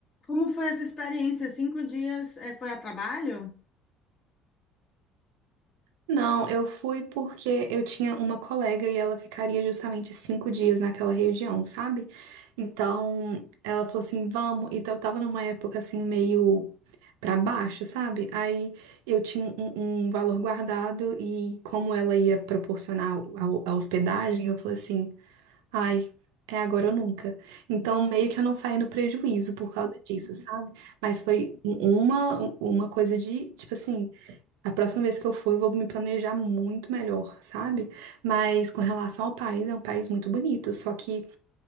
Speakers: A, on the left (about 50°); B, on the right (about 80°).
A: como foi essa experiência? Cinco dias, é, foi a trabalho?
B: Não, eu fui porque eu tinha uma colega e ela ficaria justamente cinco dias naquela região, sabe? Então, ela falou assim, vamos. Então, eu tava numa época assim, meio pra baixo, sabe? Aí eu tinha um, um valor guardado e como ela ia proporcionar a, a hospedagem, eu falei assim, ai, é agora ou nunca. Então, meio que eu não saí no prejuízo por causa disso, sabe? Mas foi um, uma, uma coisa de, tipo assim. A próxima vez que eu for, eu vou me planejar muito melhor, sabe? Mas com relação ao país, é um país muito bonito. Só que,